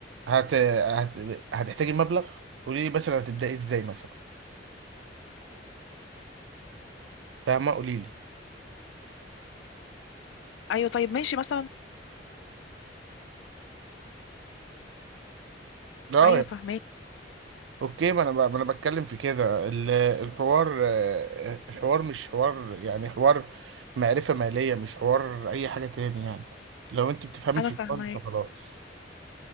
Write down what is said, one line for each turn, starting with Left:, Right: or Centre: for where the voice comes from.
Right: هت... هت... هتحتاجي مبلغ قولي لي مثلا هتبداي ازاي مثلا فاهمه قولي لي
Left: ايوه طيب ماشي مثلا
Right: اه
Left: ايوه
Right: يعني.
Left: فاهماك
Right: اوكي ما انا ب... ما انا بتكلم في كده ال- الحوار آه، الحوار مش حوار يعني حوار معرفه ماليه مش حوار اي حاجه تاني يعني لو انت بتفهمي
Left: انا
Right: في
Left: فاهمة
Right: الحوار ده فخلاص